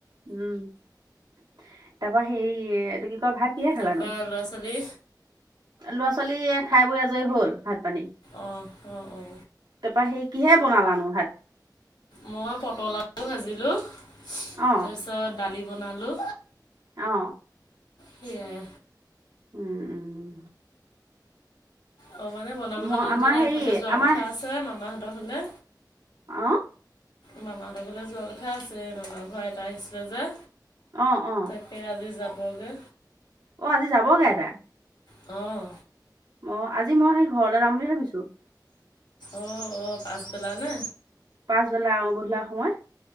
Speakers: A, on the right; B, on the left.
A: উম উ উ, দে এ এ এ তাৰ পৰা হেৰি এ এ এইটো কি কয় ভাত কিহে
B: তাৰপৰা
A: খালানো
B: ল'ৰা ছোৱালী
A: ল'ৰা ছোৱালীয়ে খাই বৈ আজৰি হ'ল ভাত পানী
B: অঁ অ অঁ
A: তাৰ পা সেই কিহে বনালানো ভাত
B: মই পটল আলু ভাজিলোঁ
A: অ
B: তাৰপিছত দালি বনালোঁ
A: অ
B: সেইয়াই
A: উম উম উম
B: অ মানে বনাবলৈ
A: মই
B: মন
A: আমাৰ
B: যোৱা নাই
A: হেৰি
B: এফালে যোৱাৰ
A: আমাৰ
B: কথা আছে মামাহঁতৰ ফালে
A: অ
B: মামাহঁতৰ ঘৰলৈ যোৱা কথা আছে মামাৰ ঘৰ এটা আহিছিলে যে
A: অ অ
B: সি আজি যাবগে
A: অ' আজি যাবগে আইতা
B: অঁ
A: অ আজি মই সেই ঘৰলে যাম বুলি ভাবিছোঁ
B: অ অ পাছবেলালে
A: পাছবেলা অ গধূলা সময়ত